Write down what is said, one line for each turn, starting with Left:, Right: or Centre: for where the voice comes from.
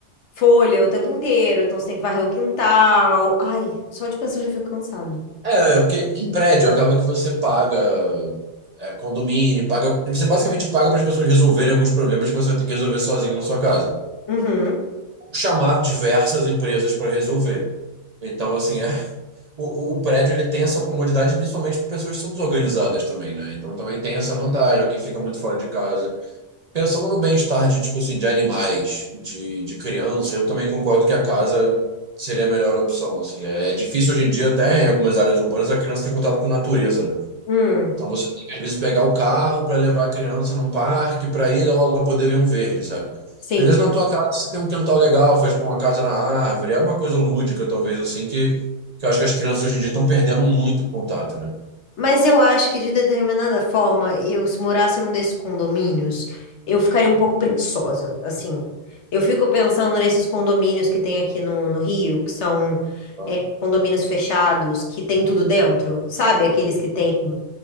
Left: folha o tempo inteiro, então você tem que varrer o quintal. Ai, só de pensar eu já fico cansado.
Right: É, porque em prédio acaba que você paga é, condomínio, paga. Você basicamente paga para as pessoas resolverem alguns problemas que você vai ter que resolver sozinho na sua casa.
Left: Uhum,
Right: Chamar diversas empresas para resolver. Então, assim, é o, o prédio ele tem essa comodidade principalmente para pessoas que são desorganizadas também, né? Então também tem essa vantagem, o que fica muito fora de casa. Pensando no bem-estar de, tipo assim, de animais, de, de criança, eu também concordo que a casa seria a melhor opção, assim. É, é difícil hoje em dia até em algumas áreas urbanas a criança ter contato com natureza, né?
Left: hum,
Right: Então você tem que, às vezes, pegar o carro para levar a criança num parque, para ir ou ela poder ver um verde, sabe?
Left: sim.
Right: Às vezes na tua casa você tem um quintal legal, faz pô, uma casa na árvore, é uma coisa lúdica, talvez, assim, que, que eu acho que as crianças hoje em dia estão perdendo muito contato, né?
Left: Mas eu acho que, de determinada forma, eu, se morasse num desses condomínios, eu ficaria um pouco preguiçosa, assim. Eu fico pensando nesses condomínios que tem aqui no, no Rio, que são
Right: Tá?
Left: é, condomínios fechados, que tem tudo dentro, sabe? Aqueles que tem...